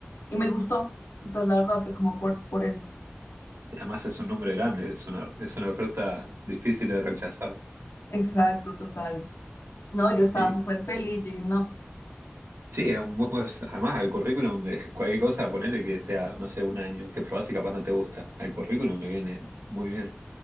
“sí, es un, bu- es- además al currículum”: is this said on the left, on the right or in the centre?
Right